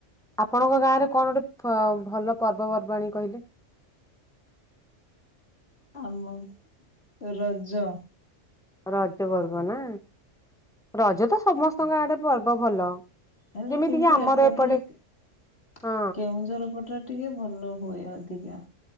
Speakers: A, in the centre; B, on the left.
A: ଆପଣଙ୍କ ଗାଁ ରେ କଣ ଗୋଟେ ଭଲ ପର୍ବ ପର୍ବାଣୀ କହିଲେ?
B: ଆମ ରଜ
A: ରଜ ପର୍ବ ନା ରଜ ତ ସମସ୍ତଙ୍କ ଆଡେ ପର୍ବ ଭଲ।
B: ହେଲେ
A: ଯେମିତି
B: କିନ୍ତୁ
A: କିି ଆମର
B: ଏପଟରେ
A: ଏପଟେ
B: କେଉଁଝର
A: ହଁ
B: ପଟରେ ଟିକେ ଭଲ ହୁଏ ଅଧିକା।